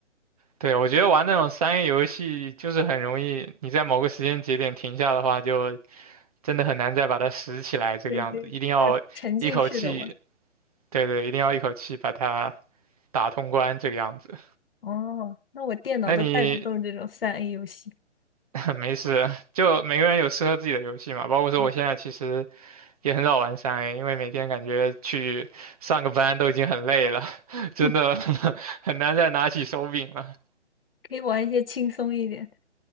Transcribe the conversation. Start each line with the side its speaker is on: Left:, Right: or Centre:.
Right: 对，我觉得玩那种商业游戏就是很容易，你在某个时间节点停下的话就。真的很难再把它拾起来这个样子，
Left: 对对，
Right: 一定要一口气，
Left: 要沉浸式的玩。
Right: 对对，一定要一口气把它打通关这个样子。
Left: 哦，那我电脑都带不动这种三
Right: 那你
Left: A 游戏，
Right: <laughs> 没事，就每个人有适合自己的游戏嘛，包括说我现在其实
Left: 嗯
Right: 也很少玩三 A，因为每天感觉去上个班都已经很累了，<laughs> 真的
Left: <laughs>
Right: <laughs> 很难再拿起手柄了。
Left: 可以玩一些轻松一点的。